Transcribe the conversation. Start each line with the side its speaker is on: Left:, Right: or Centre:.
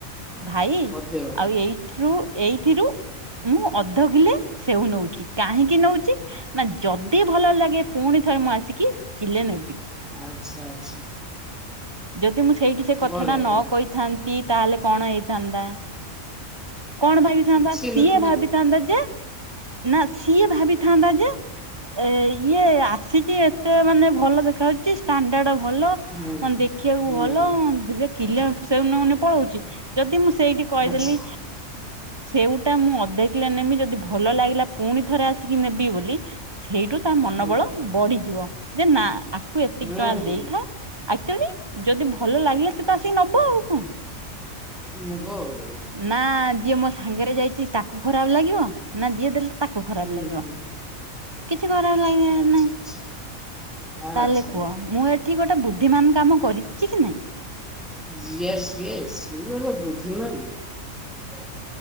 Right: ଭାଇ
Centre: ପଦେ କଥା
Right: ଆଉ ଏଇଥିରୁ ଏଇଥିରୁ‌ ମୁଁ ଅଧ କିଲେ ସେଉ ନଉଛି କାହିଁକି ନଉଛି ନା ଯଦି ଭଲ ଲାଗେ ପୁଣି ଥରେ ମୁଁ ଆସିକି କିଲେ ନେବି।
Centre: ଆଚ୍ଛା ଆଚ୍ଛା।
Right: ଯଦି ମୁଁ ସେଇଠି ସେ କଥାଟା
Centre: ବଢିଆ
Right: ନ
Centre: ବଢିଆ
Right: କହିଥାନ୍ତି ତାହେଲେ କଣ ହେଇ ଥାନ୍ତା କଣ ଭାବିଥାନ୍ତା
Centre: କିଛି
Right: ସିଏ
Centre: ନଥାନ୍ତା
Right: ଭାବିଥାନ୍ତା ଯେ ନା ସିଏ ଭାବିଥାନ୍ତା ଯେ ଏ ଇଏ ଆସିଛି ଏତେ ମାନେ ଭଲ ଦେଖା ହାଉଚି ଚି ସାଣ୍ଡାର୍ଡ ଭଲ
Centre: ହୁଁ
Right: ମାନ ଦେଖିବାକୁ
Centre: ହୁଁ
Right: ଭଲ ଯଦି କିଲେ ସେଉ ନଉନି ପଳଉଚି ଯଦି ମୁଁ ସେଇଠି କହିଦେଲି
Centre: ଆଚ୍ଛା
Right: ସେଉଟା ମୁଁ ଅଧେ କିଲେ ନେମି ଯଦି ଭଲ ଲାଗିଲା ପୁଣି ଥରେ ଆସିକି ନେବି ବୋଲି, ସେଇଠୁ ତା ମନୋବଳ
Centre: ହୁଁ
Right: ବଢିଯିବ ଯେ ନା ଆକୁ ଏତିକି
Centre: ହୁଁ
Right: ଟଙ୍କା
Centre: ହୁଁ
Right: ଦେଇଥାଏ ଆକ୍ଚୁଲି ଯଦି ଭଲ ଲାଗିଲା ସେ ତ ଆସିକି ନବ ଆଉ କଣ।
Centre: ନବ ଆଉ ହୁଁ
Right: ନା ଯିଏ ମୋ ସା ସାଙ୍ଗରେ ଯାଇଛି ତାକୁ ଖରାପ ଲାଗିବ ନା ଯିଏ ଦେଲେ ତାକୁ ଖରାପ
Centre: ଉଁ
Right: ଲାଗିବ
Centre: ହୁଁ।
Right: କିଛି ଖରାପ ଲାଗିବାର
Centre: ଆଚ୍ଛା
Right: ନାଇଁ
Centre: ଆଚ୍ଛା ଆଚ୍ଛା
Right: ତାହେଲେ କୁହ
Centre: ଆଚ୍ଛା
Right: ମୁଁ ଏଠି ଗୋଟେ ବୁଦ୍ଧିମାନ କାମ କରିଛି କି ନାଇଁ?
Centre: ଇଏସ୍ ଇଏସ୍ ୟୁଅର ଦ ବୁଦ୍ଧିମାନ